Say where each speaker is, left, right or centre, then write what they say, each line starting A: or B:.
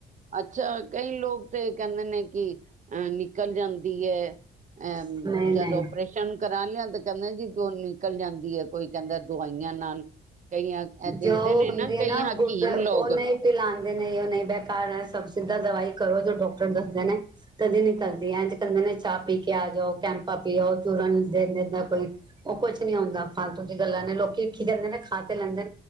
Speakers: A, on the right; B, on the right.
A: ਅੱਛਾ ਕਈ ਲੋਕ ਤੇ ਕਹਿੰਦੇ ਨੇ ਕਿ ਅ ਨਿਕਲ ਜਾਂਦੀ ਏ। ਅ
B: ਨਹੀਂ
A: ਜਦ
B: ਨਹੀਂ
A: ਆਪਰੇਸ਼ਨ ਕਰਾਨੇ ਆ ਤੇ ਕਹਿੰਦੇ ਜੀ ੳ ਨਿਕਲ ਜਾਂਦੀ ਹੈ ਕੋਈ ਕਹਿੰਦਾ ਦਵਾਈਆਂ ਨਾਲ ਕਈਆਂ ਇਹ ਦਿੰਦੇ
B: ਜੋ
A: ਨੇ
B: ਹੁੰਦੀ ਹੈ
A: ਕਈ
B: ਨਾ
A: ਹਕੀਮ
B: ਬੁਧ ਉਹਨੇ
A: ਲੋਕ
B: ਤੇ ਲਾਂਦੇ ਨੇ ਉਹ ਨਹੀਂ ਬੇਕਾਰ ਹੈ ਸਭ ਸਿੱਧਾ ਦਵਾਈ ਕਰੋ ਜੋ ਡਾਕਟਰ ਦੱਸਦੇ ਨੇ। ਕਦੀ ਨਿਕਲਦੀ ਏਂਜ ਕਹਦੇ ਨੇ ਚਾਹ ਪੀ ਕੇ ਆ ਜਾਓ ਕੈਂਪਾਂ ਪੀੳ ਚੂਰਨ ਦੇ ਦੇਂਦਾ ਕੋਈ। ਉਹ ਕੁਛ ਨੀ ਹੋਦਾ ਫਾਲਤੂ ਦੀਆਂ ਗੱਲਾਂ ਨੇ ਲੋਕੀ ਕੀ ਕਹਿੰਦੇ ਨੇ ਖਾ ਤੇ ਲੈਂਦੇ